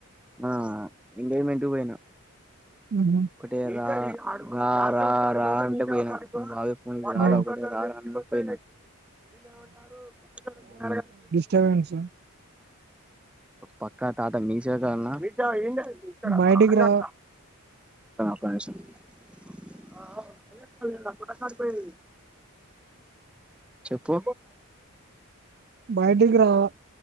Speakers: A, in the centre; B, on the right.
A: ఆ ఎంగేజ్మెంట్ కి పోయినా
B: ఉహు
A: ఒకటే రా రా రా అంటే పోయిన బావ ఫోన్ రా
B: ఆ
A: రా ఒకటే రారా అంటే పోయిన వీళ్ళే <unintelligible>
B: చాన్స్
A: పక్కా తాత మీసేవ కడనా <unintelligible> ఒక్క నిమిషం <unintelligible>
B: బయటికి రా
A: గుట్టకాడికీ పోయింది. చెప్పు
B: బయటికి రావా